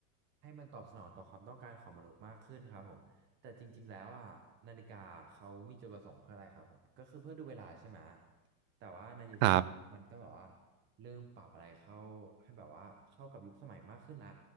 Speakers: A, on the right; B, on the right.
A: ให้มันตอบสนองต่อความต้องการของมนุษย์มากขึ้นครับผมแต่จริงๆแล้วอ่ะนาฬิกาเขามีจุดประสงค์เพื่ออะไรครับผมก็คือเพื่อดูเวลาใช่ไหมแต่ว่าในยุคสมัยมันก็แบบว่า
B: ครับ
A: เริ่มปรับอะไรเข้าให้แบบว่าเข้ากับยุคสมัยมากขึ้นละ